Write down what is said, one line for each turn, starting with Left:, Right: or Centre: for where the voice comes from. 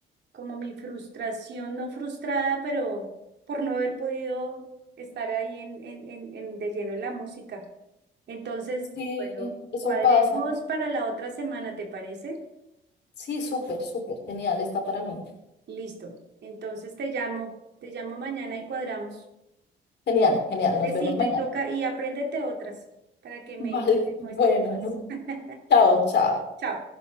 Right: como mi frustración, no frustrada, pero por no haber podido estar ahí en, en, en, en- de lleno en la música. Entonces,
Left: Sí,
Right: bueno,
Left: eso
Right: cuadremos
Left: pasa.
Right: para la otra semana, ¿te parece?
Left: Sí, súper, súper, genial, está para mí.
Right: Listo. Entonces te llamo, te llamo mañana y cuadramos.
Left: Genial, genial, nos
Right: Besito
Left: vemos mañana.
Right: y toca y apréndete otras para que me
Left: Vale,
Right: me
Left: <laughs> bueno,
Right: muestres más.
Left: mu-
Right: <laughs>
Left: chao, chao.
Right: Chao.